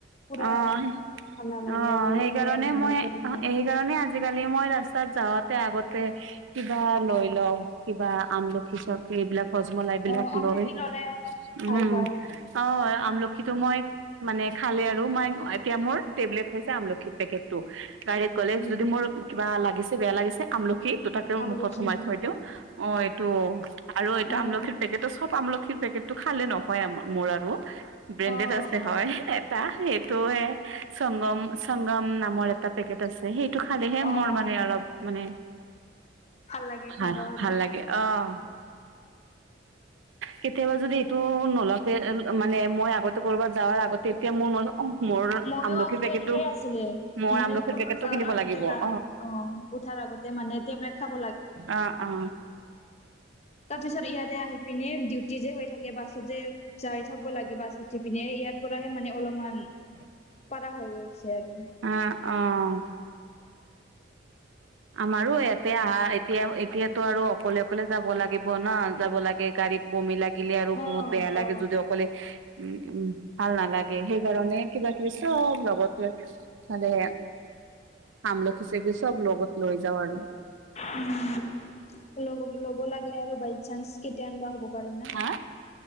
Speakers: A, on the left; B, on the right.
A: পুৰা
B: অ
A: ঠাণ্ডা
B: অ',
A: লাগে আৰু
B: সেইকাৰণে
A: এইফালে আৰু ব'মি
B: মই
A: কৰিবিয়ে।
B: সেইকাৰণে আজিকালি মই ৰাস্তাত যাওঁতে আগতে কিবা লৈ লওঁ, কিবা আমল পিছক এইবিলাক হজমলা এইবিলাক
A: অ', আমলখি
B: লৈ
A: ল'লে অলপ ভাল
B: উম
A: পাওঁ
B: অ' আমলখিতো মই মানে খালে আৰু মই এতিয়া মোৰ টেবলেট হৈছে আমলখিৰ পেকেটটো। গাড়ীত গ'লে
A: উম,
B: যদি মোৰ কিবা লাগিছে বেয়া লাগিছে আমলখিৰ দুটা তেওঁ
A: আমলখি
B: মুখত সোমাই থৈ দিওঁ, অ' এইটো আৰু এটা
A: অ'।
B: আমলখিৰ পেকেট চব আমলখিৰ পেকেটটো খালে নহয় মোৰ আৰু। ব্ৰেণ্ডেড
A: অ',
B: আছে
A: অ',
B: হয়, এটা সেইটোৱে সংগম সংগম নামৰ এটা পেকেট আছে। সেইটো খালেহে
A: অ',
B: মোৰ মানে অলপ মানে
A: ভাল লাগে
B: ভাল
A: পাওঁ আৰু।
B: ভাল লাগে অ'।
A: <inaudible>
B: কেতিয়াবা যদি এইটো নলৱাকে মানে মই আগতে ক'ৰবাত যাৱাৰ আগতে এতিয়া মোৰ মনত অ' মোৰ
A: মইও
B: আমলখিৰ
A: আগতে
B: পেকেটো
A: এনেকেই আছিলে।
B: মই
A: মানে
B: আমলখি পেকেট
A: ক'তবা
B: টো
A: যাৱাৰ
B: কিনিব
A: আগতে
B: লাগিব অ'
A: গাড়ী অ', উঠাৰ আগতে মানে টেবলেট খাব
B: অ' অ' অ'।
A: তাৰপিছত ইয়াতে আহি পিনি ডিউটি যে হৈ থাকে বাছত যে যাই যাব লাগে বাছত উঠি পিনে ইয়াৰ পৰাহে মানে অলপমান
B: <inaudible>
A: পৰা হৈ গৈছে আৰু
B: আহ অহ'। আমাৰো ইয়াতে আহা এতিয়া এতিয়াতো আৰু অকলে অকলে যাব লাগিব ন যাব লাগে গাড়ীত। বমি লাগিলে আৰু
A: অ
B: বহুত বেয়া লাগে
A: অ
B: যদিও অকলে উম, উম। ভাল নালাগে। সেইকাৰণে কিবা কিবি চ'ব লগত লৈ খালে আমলখি হিচাপে চ'ব লগত লৈ যাওঁ আৰু
A: উম, ল'ব লাগে আৰু বাই চান্স কেতিয়া এনেকুৱা হ'ব পাৰে না।
B: হা